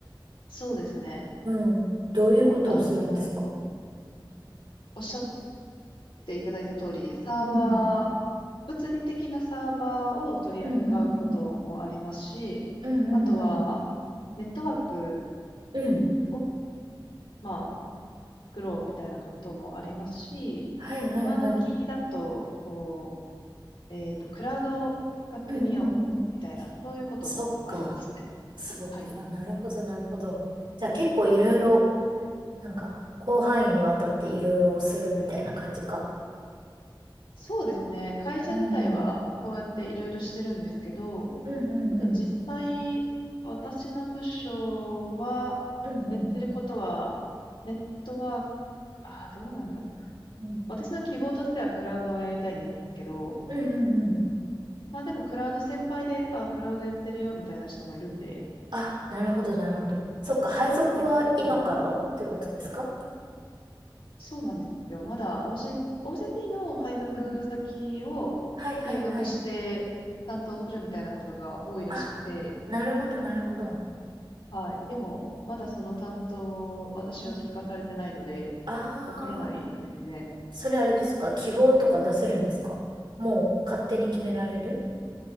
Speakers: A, on the left; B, on the right.
A: そうですね。
B: うん。どういうことをするんですか
A: あのーおっしゃていただいた通り、サーバー、
B: うん。
A: 物理的なサーバーを取り扱うこともありますし、
B: うんうんうん。うんうんうん。
A: あとは、ネットワーク
B: うん。
A: を、まあ、作ろうみたいなこともありますし、
B: はいはいはい。
A: 今時だと、こう、えっと、クラウドを使ってみようみたいな、
B: うんうんうん。
A: そういうこともありますね。
B: そっか。そっか。
A: はい。
B: なるほどなるほど。じゃあ結構いろいろ、なんか、広範囲にわたっていろいろするみたいな感じか。
A: そうですね。会社自体はそうやっていろいろしてるんですけど、
B: うん。うんうんうん。
A: 多分実際、私の部署は、
B: うんうん
A: やってることは、ネットワーク、ああ、どうなんだろう。
B: うん。
A: 私の希望としてはクラウドをやりたいんですけど、
B: うんうんうん。
A: まあでもクラウド先輩で、ああ、クラウドやってるよ、みたいな人もいるんで、
B: あ、なるほどなるほど。そっか。配属は今からってことですか
A: できる。そうなんですよ。まだ OJT の配属先を継続して担当するみたいなことが多いらしくて、
B: うん。はいはいはい。あなるほど、なるほど。
A: はい。でも、まだその担当、私は聞かされてないので、
B: うん。ああ、
A: わからないですね。
B: それあれですか希望とか出せるんですかもう勝手に決められる